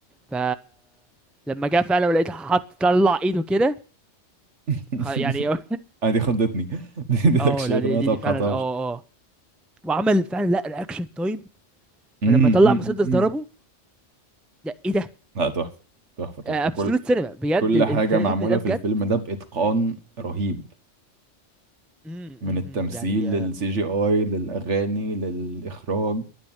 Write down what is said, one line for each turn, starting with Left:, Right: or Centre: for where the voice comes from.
Centre: ف لما جه فعلا ولقيت حط طلع ايده كده
Right: <laughs>
Centre: خ- يعني <laughs>
Right: آه دي خضتني <laughs> دي دي
Centre: اه
Right: اكشن
Centre: لا دي
Right: ما
Centre: دي,
Right: توقعتهاش
Centre: دي فعلا اه اه وعمل فعلا لا رياكشن تايم
Right: أمم،
Centre: لما طلع
Right: أمم،
Centre: مسدس
Right: أمم.
Centre: ضربه ده ايه ده
Right: لا تحفه تحفه تحفه
Centre: ابسولوت
Right: كل
Centre: سينما بجد
Right: كل
Centre: ال-
Right: حاجه
Centre: الفيلم
Right: معموله
Centre: ده بجد
Right: في الفيلم ده باتقان رهيب
Centre: امم
Right: من
Centre: إمم،
Right: التمثيل
Centre: إمم، يعني
Right: للسي جي اي للاغاني للاخراج